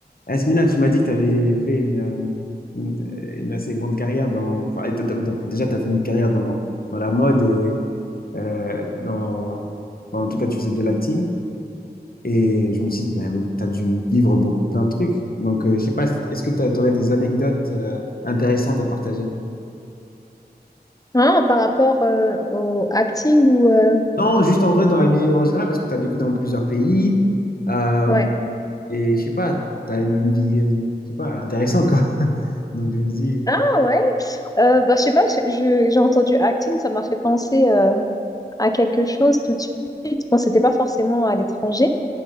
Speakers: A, on the left; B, on the left.
A: Asmina, tu m'as dit que tu avais fait une, euh, une, euh, une assez grande carrière dans... Enfin, et t'as- t'as- t'as- déjà, tu as fait une carrière dans, dans la mode et euh, dans... enfin, en tout cas, tu faisais de l'acting. Et je me suis dit, tu as dû vivre beaucoup plein de trucs. Donc, euh, je sais pas, est-ce que tu aurais des anecdotes euh, intéressantes à partager?
B: Ah, par rapport euh, au acting ou euh,
A: Non, juste en vrai, dans la vie en général, parce que tu as vécu dans plusieurs pays. euh,
B: ouais.
A: et je sais pas, tu as eu une vie, euh, je sais pas, intéressante, quoi. <laughs> Donc, je me dis,
B: Ah ouais. Euh, bah je sais pas, je- je- j'ai entendu acting, ça m'a fait penser euh, à quelque chose tout de suite. Bon, c'était pas forcément à l'étranger,